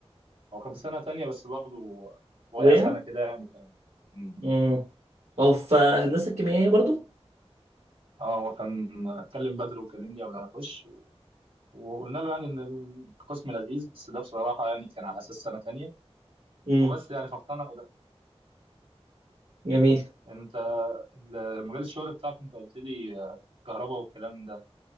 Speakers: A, on the right; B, on the right.
A: هو كان في سنه تانية بس برضو وقع
B: وقع
A: سنه كده يعني ف... مم.
B: مم. هو في هندسة الكيميائية برضه
A: اه هو كان كلم بدر وكلم لي قبل ما اخش و... وقلنا له يعني ان القسم لذيذ بس ده بصراحه يعني كان على اساس سنه تانية
B: مم.
A: وبس يعني فاقتنع وده
B: جميل
A: انت ال- مجال الشغل بتاعك انت قلت لي آه، كهرباء والكلام ده